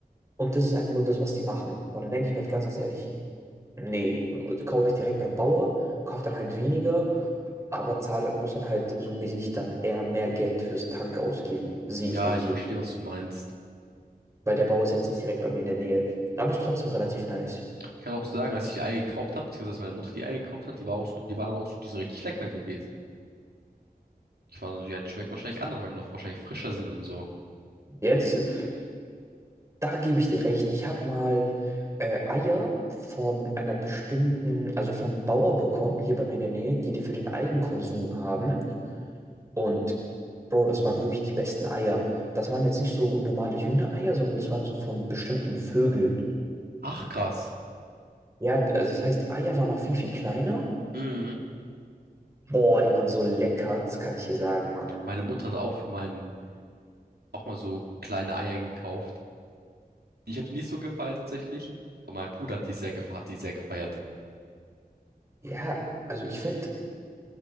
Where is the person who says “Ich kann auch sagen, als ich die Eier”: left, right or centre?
Right